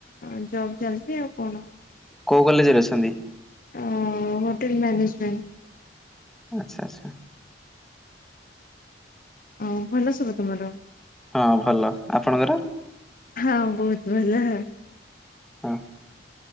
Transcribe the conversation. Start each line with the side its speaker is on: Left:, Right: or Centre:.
Left: ଆ ଜବ ଚାଲିଛି ଆଉ କଣ।
Centre: କୋଉ କଲେଜରେ ଅଛନ୍ତି?
Left: ଅ ହୋଟେଲ ମ୍ୟାନେଜମେଣ୍ଟ।
Centre: ଆଚ୍ଛା ଆଚ୍ଛା।
Left: ଆଉ ଭଲ ସବୁ ତମର?
Centre: ହଁ ଭଲ ଆପଣଙ୍କର?
Left: ହଁ ବହୁତ ଭଲ।
Centre: ହଁ।